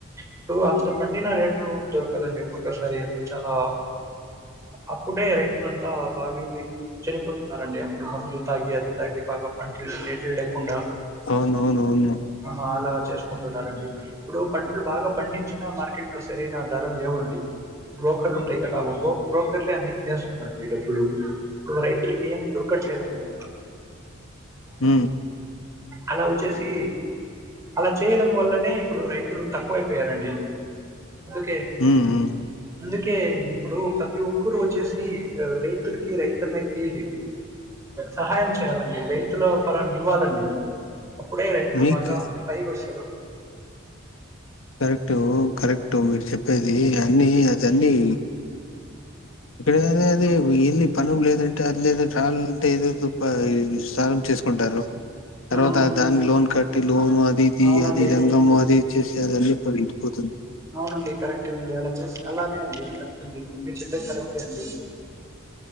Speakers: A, on the right (about 15°); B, on the left (about 90°).
A: ఇప్పుడు అంత పండినా రేట్లురుంది కదండి ఒక్కొక్కసారిప్పుడు చాలా అప్పుడే రైతులంతా బాగాది చనిపోతున్నారండి అప్పుడు మందులు తాగి అది తాగి బాగా పంటలు రేట్లు లేకుండా
B: అవును అవునువును
A: అలా చేసుకుంటున్నారండి ఇప్పుడు పంటలు బాగా పండించిన మార్కెట్ లో సరైన ధర లేవండి బ్రోకర్లు ఉంటాయి కదా ఒబ్బో బ్రోకర్లే అన్ని తినేస్తున్నారండి డబ్బులు ఇప్పుడు రైతులకి ఏమి దొరకట్లేదు డి
B: ఉ
A: అలా వచ్చేసి అలా చేయడం వల్లనే ఇప్పుడు రైతులు తక్కువైపోయారండి అందుకే
B: హ్మ్. హ్మ్.
A: అందుకే ఇప్పుడు ప్రతి ఒక్కరు వచ్చేసి రైతులకి రైతన్నకి సహాయం చేయాలండి రైతుల పర నిలవాలండి అప్పుడే రైతులు
B: మీకు
A: బాగా పైకి వస్తారు
B: కరెక్టు కరెక్ట్ మీరు చెప్పేది అన్ని అదన్ని ఇప్పుడదే ఎల్లి పను లేదంటే అది లేదా ట్రావెల్ అంటే ఏదేదో పది సానం తీసుకుంటారు తర్వాత
A: ఆహా
B: దాని లోన్ కట్టి లోను అదిది
A: అవునండి
B: అది రఘము అదిచ్చసి అది అన్ని పలిగిపోతుంది
A: అవునండి కరెక్టేనండి అలా చేసి అలానే అండి కరెక్ట్ అండి మీరు చెప్పేది కరెక్టే అండి